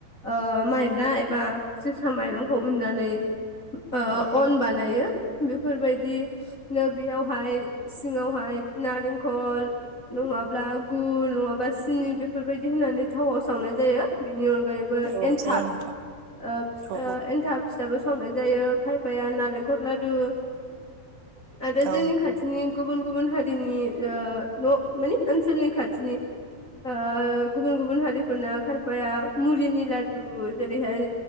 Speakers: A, on the left; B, on the right.
A: ओ माइब्रा एबा जोसा माइरं खौ उननानै ओ
B: औ
A: अन बानायो। बेफोरबायदि नो बेयावहाय सिङावहाय नारेंखल नङाब्ला गुर नङाब्ला सिनि बेफोरबायदि होननानै थावाव सावनाय जायो। नि अनगायैबो
B: औ
A: एनथाब
B: जायो नोंथां
A: ओबस
B: औ
A: एन फिथाबो संनाय जायो खायफाया नालेंखर लादु आरो
B: औ
A: जोंनि खाथिनि गुबुन गुबुन हारिनि ओ न' माने ओनसोलनि खाथिनि ओ गुबुन गुबुन हारिफोरना खाय या मुरिनि लादु जेरैहाय